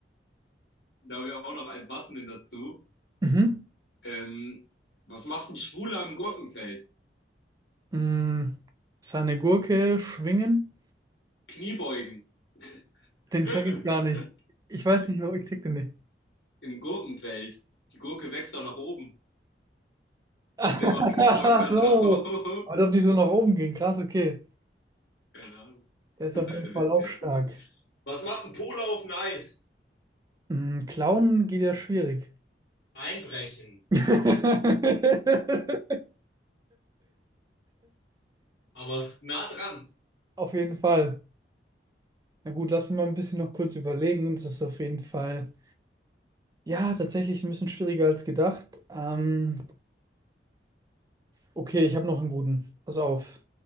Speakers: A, on the left (about 85°); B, on the right (about 20°).
A: da wäre auch noch ein passenden dazu.
B: Mhm.
A: Ähm, was macht ein Schwuler im Gurkenfeld?
B: Mm, seine Gurke schwingen?
A: Kniebeugen. <laughs>
B: Den check ich gar nicht. Ich weiß nicht, warum ich check den nicht.
A: Im Gurkenfeld. Die Gurke wächst doch nach oben.
B: <laughs>
A: Und der macht Kniebeugen
B: Ach
A: da
B: so.
A: drauf.
B: Als ob die so nach oben gehen. Krass, okay.
A: Keine Ahnung.
B: Der ist
A: Das
B: auf
A: Ist halt
B: jeden
A: der
B: Fall
A: Witz,
B: auch
A: gell?
B: stark.
A: Was macht ein Pole auf dem Eis?
B: Mm, Klauen geht ja schwierig.
A: Einbrechen.
B: <laughs>
A: Aber nah dran.
B: Auf jeden Fall. Na gut, lass mich mal ein bisschen noch kurz überlegen. Das ist auf jeden Fall, ja, tatsächlich ein bisschen schwieriger als gedacht. Ähm, okay, ich habe noch einen guten. Pass auf.